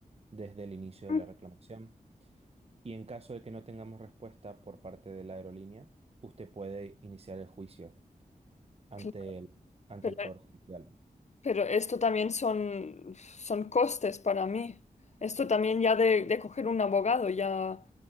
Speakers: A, on the right; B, on the left.
A: desde el inicio de
B: Mm.
A: la reclamación. Y en caso de que no tengamos respuesta por parte de la aerolínea, usted puede iniciar el juicio ante
B: Claro,
A: el, ante
B: pero
A: el Poder Judicial.
B: Pero esto también son, son costes para mí. Esto también ya de, de coger un abogado, ya,